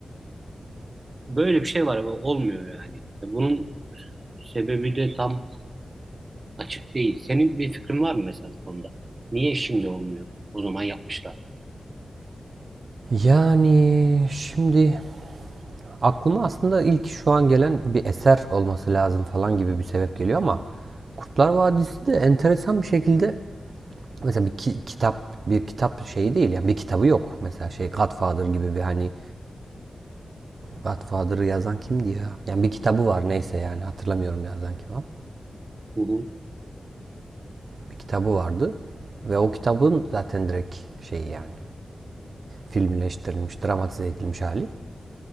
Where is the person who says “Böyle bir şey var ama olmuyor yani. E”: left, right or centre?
Right